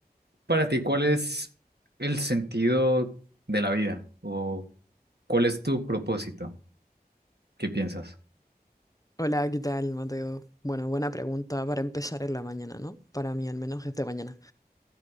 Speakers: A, on the right; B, on the left.
A: para ti cuál es el sentido de la vida o cuál es tu propósito. ¿Qué piensas?
B: Hola, ¿qué tal, Mateo? Bueno, buena pregunta para empezar en la mañana, ¿no? Para mí al menos es de mañana.